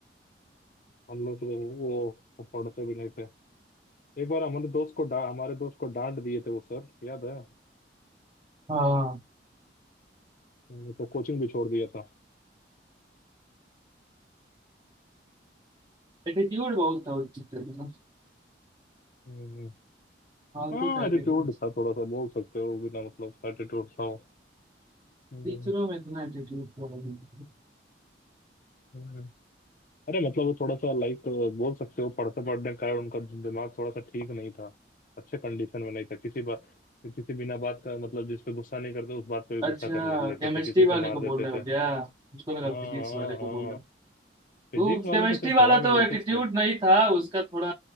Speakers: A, on the left; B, on the right.
A: हम लोग तो वो पढ़ते भी नहीं थे एक बार हमारे दोस्त को डा, हमारे दोस्त को डांट दिए थे वो सर याद है
B: हाँ
A: हम्म, तो कोचिंग भी छोड़ दिया था
B: एटीट्यूड बहुत था उस टीचर में ना,
A: हम्म,
B: फालतू
A: हाँ
B: का
A: एटीट्यूड
B: एटीट्यूड
A: था थोड़ा सा बोल सकते हो बिना मतलब एटीट्यूड था वो। हम्म,
B: टीचरों में इतना एटीट्यूड तो है नहीं था।
A: हम्म। अरे मतलब वो थोड़ा सा लाइक बोल सकते हो पढ़ते पढ़ने के कारण उनका दिमाग थोड़ा सा ठीक नहीं था अच्छे कंडीशन में नहीं था किसी बात किसी बिना बात का मतलब जिस पे गुस्सा नहीं करते उस बात पे भी
B: अच्छा
A: गुस्सा कर ले- लेते
B: केमिस्ट्री
A: थे किसी को
B: वाले
A: मार
B: को
A: देते
B: बोल रहे हो
A: थे
B: क्या मुझको लगा
A: हाँ
B: फिजिक्स
A: हाँ
B: वाले को
A: हाँ
B: बोल
A: फिजिक्स
B: वो
A: वाले
B: केमिस्ट्री
A: तो सिर्फ
B: वाला
A: हवा में
B: तो
A: उड़ते
B: एटीट्यूड
A: थे
B: नहीं था उसका थोड़ा